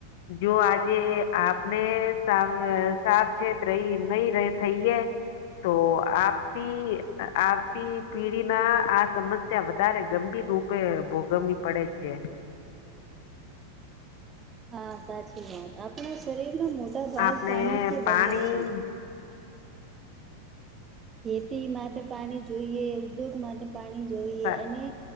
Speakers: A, on the left; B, on the right.
A: જો આજે આપણે સાવ સાવચેત રહી નહી ર થઈએે તો આપતી આવતી પેઢી ના આ સમ સ્યા વધારે ગંભીર રૂપે ભોગવવી પડે છે
B: હા સાચી વાત આપણા શરીર નો મોટા ભાગ
A: આપણે
B: પાણી જે
A: પાણી
B: બન્યો છે ખેતી માટે પાણી જોઈએ ઉદ્યોગ માટે પાણી જોઈએ
A: સા-
B: અને